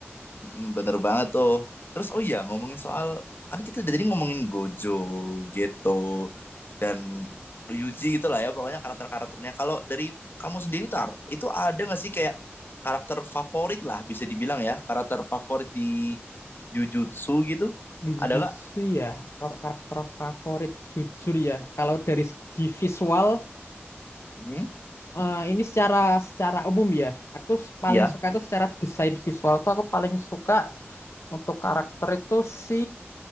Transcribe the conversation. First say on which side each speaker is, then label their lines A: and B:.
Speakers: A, on the left; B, on the left.
A: Mm-mm, bener banget tuh terus oh iya ngomongin soal kan kita udah tadi ngomongin Gojo geto dan Ryuji gitu lah ya pokoknya karakter-karakternya kalau dari kamu sendiri Tar itu ada nggak sih kayak karakter favorit lah bisa dibilang ya karakter favorit di Jujutsu gitu
B: Di Jujutsu
A: ada nggak?
B: ya, kalau karakter favorit jujur ya. Kalau dari segi visual,
A: Hmm,
B: Eh, ini secara secara umum ya. Aku s- paling
A: iya
B: suka itu secara desain visual tuh aku paling suka untuk karakter itu si